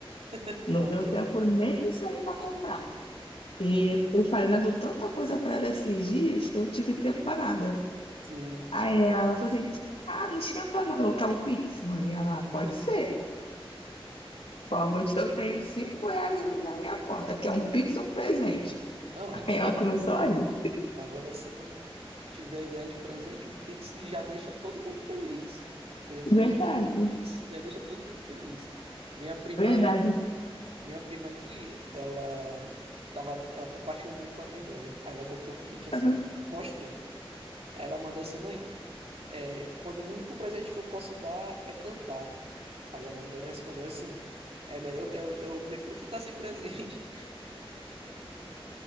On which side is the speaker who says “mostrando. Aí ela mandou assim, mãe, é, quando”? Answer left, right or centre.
Right